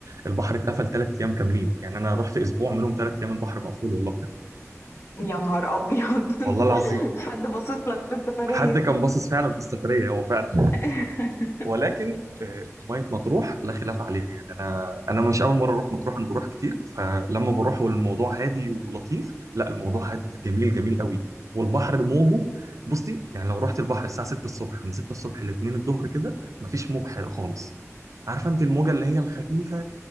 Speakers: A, on the right; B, on the left.
A: البحر اتقفل ثلاث ايام كاملين يعني انا رحت اسبوع منهم ثلاث ايام البحر مقفول والله
B: يا نهار ابيض <laughs>
A: والله العظيم
B: حد باصص لك في السفرية
A: حد كان باصص فعلا في السفريه هو فعلا
B: <laughs>
A: ولكن آه، ميه مطروح لا خلاف عليها يعني انا انا مش اول مره اروح مطروح انا بروح كتير فلما بروح والموضوع هادي ولطيف لا الموضوع هادي جميل جميل قوي والبحر موجه بصي يعني لو رحت البحر الساعه 6 الصبح من 6 الصبح ل 2 الظهر كده مفيش موج حلو خالص عارفه انت الموجه اللي هي الخفيفه